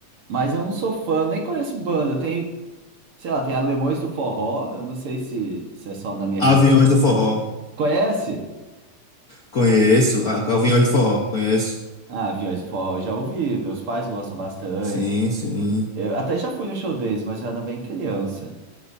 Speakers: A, on the right; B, on the left.
A: Mas eu não sou fã, nem conheço banda. Tem, sei lá, tem Alemões do Forró, eu não sei se, se é só na minha
B: Aviões
A: região.
B: do Forró.
A: Conhece?
B: Conheço. Ah, Aviões do Forró. Conheço.
A: Ah, Aviões do Forró, eu já ouvi, meus pais gostam bastante.
B: Sim, sim.
A: Eu até já fui no show deles, mas eu era bem criança.